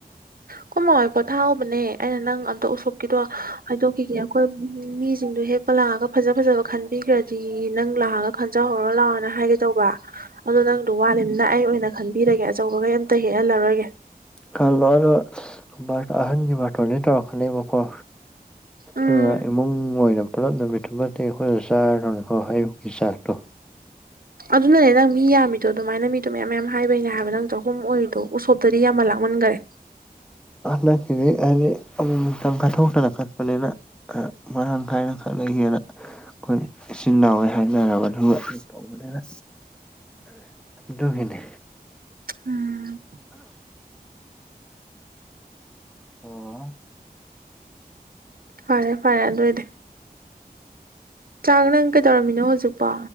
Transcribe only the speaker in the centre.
ꯀꯥꯂꯔ ꯑꯍꯟꯒꯤ ꯃꯇꯣꯟꯅꯤ ꯇꯧꯔꯛꯀꯅꯤꯕꯀꯣ
ꯗꯨꯒꯥ ꯏꯃꯨꯡ ꯋꯥꯏꯔꯝ ꯄꯨꯜꯂꯞ ꯅꯨꯃꯤꯠ ꯇꯨꯃꯗꯤ ꯑꯩꯈꯣꯏꯗ ꯆꯥꯔꯗꯧꯅꯤꯀꯣ ꯑꯌꯨꯛꯀꯤ ꯆꯥꯛꯇꯣ
ꯅꯥ ꯀꯔꯦ ꯑꯪ ꯀꯊ ꯀꯄꯅꯤꯅ ꯑ ꯃꯅ ꯀꯥꯏꯅ ꯁꯂꯅ ꯑꯩꯈꯣꯏ ꯏꯆꯤꯟꯜꯅꯥꯎꯦ ꯍꯥꯏꯅꯔꯔꯕ ꯇꯧꯕꯅꯤꯅ ꯈꯅꯤꯅꯤ
ꯍ